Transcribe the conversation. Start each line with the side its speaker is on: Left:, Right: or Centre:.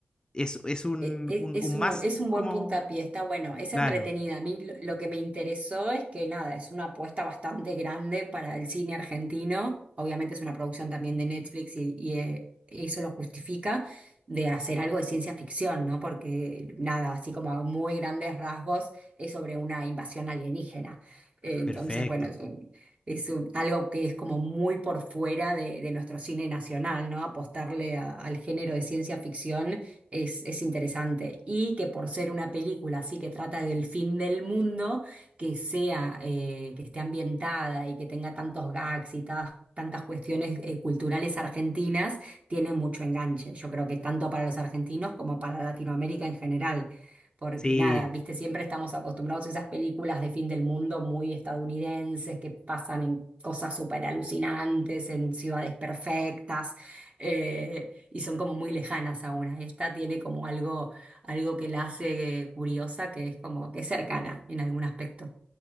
Left: es, es un,
Right: e- e-
Left: un,
Right: Es
Left: un
Right: un,
Left: must
Right: es un
Left: como...
Right: buen puntapié, está bueno, es
Left: Claro,
Right: entretenida. A mí lo, lo que me interesó es que nada, es una apuesta bastante grande para el cine argentino. Obviamente es una producción también de Netflix y, y, eh, eso lo justifica de hacer algo de ciencia ficción, ¿no? Porque nada, así como a muy grandes rasgos, es sobre una invasión alienígena. Eh, Entonces,
Left: perfecto.
Right: bueno, es un, es un- algo que es como muy por fuera de, de nuestro cine nacional, ¿no? Apostarle a- al género de ciencia ficción es, es interesante. Y que por ser una película así que trata del fin del mundo, que sea, eh, que esté ambientada y que tenga tantos gags y tas- tantas cuestiones eh, culturales argentinas, tiene mucho enganche. Yo creo que tanto para los argentinos como para Latinoamérica en general. Porque
Left: Sí.
Right: nada, viste, siempre estamos acostumbrados a esas películas de fin del mundo muy estadounidenses que pasan en cosas súper alucinantes, en ciudades perfectas. eh, y son como muy lejanas a una. Esta tiene como algo, algo que la hace curiosa, que es como que es cercana en algún aspecto.